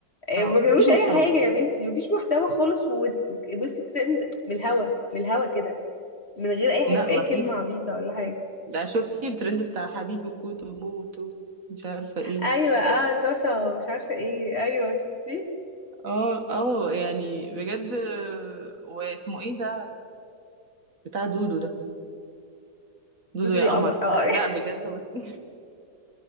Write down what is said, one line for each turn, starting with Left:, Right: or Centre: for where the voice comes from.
Left: آه،
Right: اه
Left: ما بيعملوش
Right: مفيش محتوى
Left: اي حاجه يا بنتي مفيش محتوى خالص وت- بصي ترند من الهوا من الهوا كده من غير اي حاجه
Right: لا
Left: باي
Right: مفيش
Left: كلمه عبيطه ولا حاجه
Right: ده شفتي الترند بتاع حبيبي كوتو موتو مش عارفة ايه
Left: ايوه اه صاصه مش عارفه ايه ايوه شفتي
Right: اه اه يعني بجد واسمه ايه ده بتاع دودو ده دودو
Left: دودو
Right: يا
Left: يا
Right: قمر
Left: قمر اه <laughs>
Right: لا بجد بصي